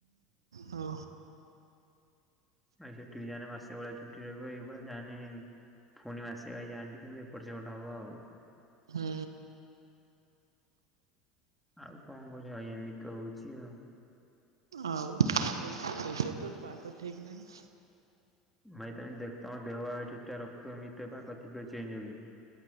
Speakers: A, on the right (about 80°); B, in the centre.
A: ଓ।
B: ଭାଇ ସେଠି ବି ଯାହେନେ ମାସେ ଭଳିଆ ଛୁଟି ରହିବ ଏଇଭଳିଆ ଯାନି ପୁଣି ମାସେ ଭାଇ ଜାନଟିକେନେ ଏପଟ ସେପଟେ ହବ ଆଉ।
A: ହୁଁ।
B: ଆଉ କଣ କରିବା ଭାଇ ଏମିତି ହଉଛି ଆଉ।
A: ଆଉ ଏବେ ଏବେତ ପାଗ ଠିକ ନାହିଁ।
B: ଭାଇ ତମେ ଦେଖ ତମ ଦେହ ଭାବ ଠିକ ଠାକ ରଖୁଥିମ <unintelligible> ପାକ ଚେଞ୍ଜ ହୂଏକି।